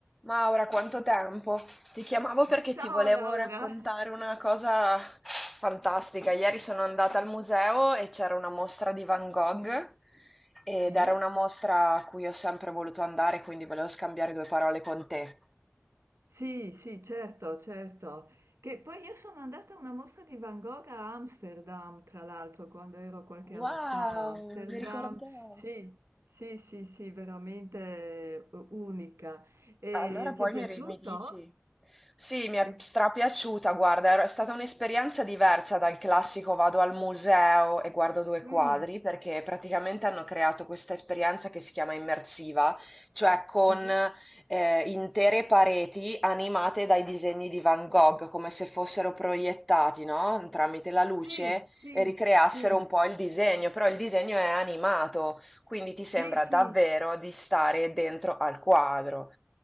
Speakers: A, in the centre; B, on the right (about 80°).
A: Maura, quanto tempo! Ti chiamavo perché
B: Ciao
A: ti volevo
B: Laura!
A: raccontare una cosa fantastica. Ieri sono andata al museo e c'era una mostra di Van Gogh ed
B: Sì?
A: era una mostra a cui ho sempre voluto andare, quindi volevo scambiare due parole con te.
B: Sì, sì, certo, certo. Che poi io sono andata a una mostra di Van Gogh a Amsterdam, tra l'altro, quando ero qualche anno
A: Wow,
B: fa a Amsterdam.
A: non mi ricordavo.
B: Sì, sì, sì, sì, veramente eh, unica. E
A: Allora poi
B: ti è piaciuto?
A: mi, ri- mi dici? Sì, mi è
B: Eh,
A: strapiaciuta, guarda, era- è stata un'esperienza diversa dal classico vado al museo e guardo due
B: mm,
A: quadri, perché praticamente hanno creato questa esperienza che si chiama immersiva, cioè con
B: sì,
A: eh, intere pareti animate dai disegni di Van Gogh, come se fossero proiettati, no? Tramite la luce
B: sì, sì,
A: e ricreassero
B: sì,
A: un po' il disegno, però il disegno è animato, quindi ti sembra
B: sì, sì,
A: davvero di stare dentro al quadro.